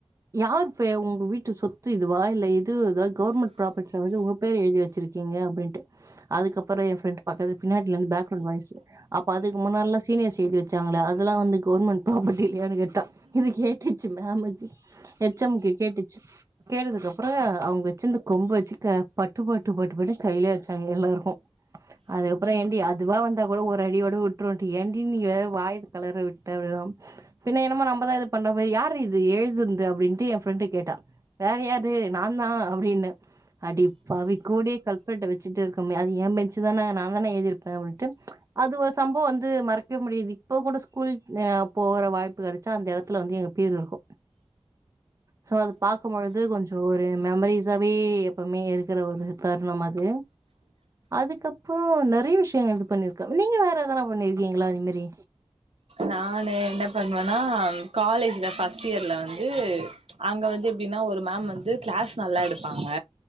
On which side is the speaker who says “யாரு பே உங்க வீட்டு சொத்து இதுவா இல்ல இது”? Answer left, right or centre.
Right